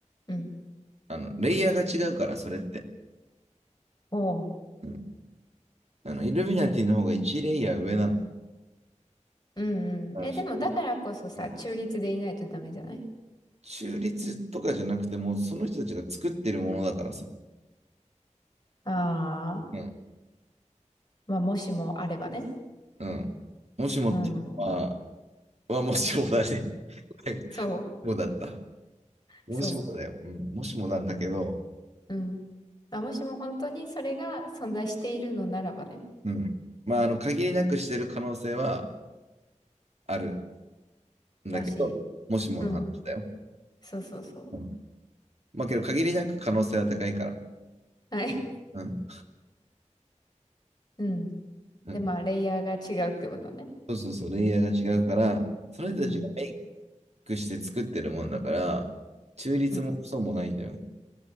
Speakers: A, on the left; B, on the right.
A: うん。
B: あの、レイヤーが違うから、それって。
A: おう。
B: うん。あの、イルミナティの方が1レイヤー上なの。
A: うんうん。
B: あのその
A: え、でもだからこそさ、
B: うん
A: 中立でいないとダメじゃない
B: 中立とかじゃなくても、その人たちが作ってるものだからさ。
A: ああー、
B: うん。
A: まあ、もしもあればね。
B: うん。もしもっていうのは、
A: うん。
B: はもしもだね。<laughs>
A: そう、
B: もうだった。もしもだよ。
A: そ
B: うん。もしもなんだけど、
A: う。うん。まあ、もしも本当にそれが存在しているのならばね。
B: うん。まあ、あの、限りなくしてる可能性はある
A: らしい。
B: んだけど、もしもの話だよ。
A: うん。そうそうそう。
B: うん。まあ、けど、限りなく可能性は高いから。
A: はい。
B: うん。
A: うん。
B: うん。
A: で、まあ、レイヤーが違うってことね。
B: そうそうそう、レイヤーが違うから、その人たちがメイ
A: うん
B: クして作ってるもんだから、中立もクソもないんだよね
A: うん。